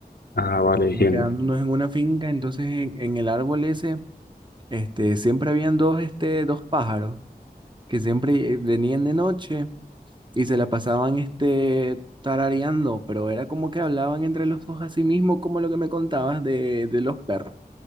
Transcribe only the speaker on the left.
Ah, vale,
entiendo.